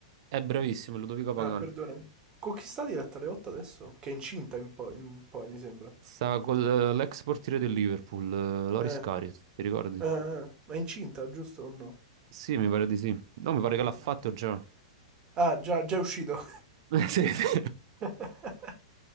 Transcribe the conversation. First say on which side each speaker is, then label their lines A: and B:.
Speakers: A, on the right (about 60°); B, on the right (about 25°).
A: è bravissimo, Ludovico
B: Ah,
A: Pagani.
B: perdonami. Con chi sta diretta alle 8 adesso? Che è incinta in poi, in poi, mi sembra.
A: Sta con eh, l'ex portiere del Liverpool, eh, Loris
B: Eh,
A: Karius, ti ricordi?
B: eh, eh, ma è incinta, giusto o no?
A: Sì, mi pare di sì. No, mi pare
B: Ah,
A: che l'ha
B: ah,
A: fatto
B: ah.
A: già.
B: Ah, già, già è uscito.
A: <laughs> Sì, sì.
B: <laughs>